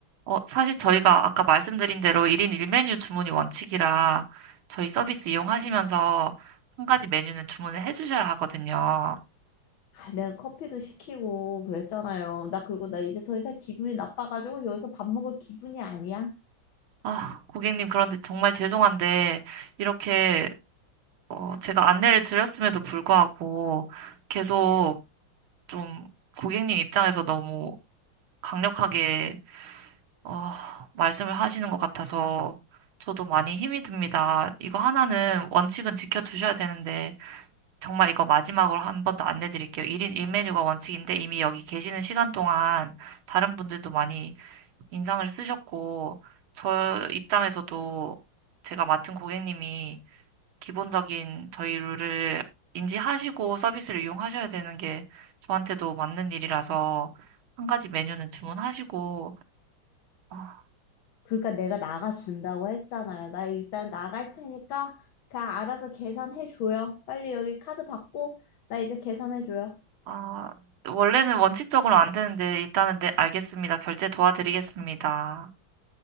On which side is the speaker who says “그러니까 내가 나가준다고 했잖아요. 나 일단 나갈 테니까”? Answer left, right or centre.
Left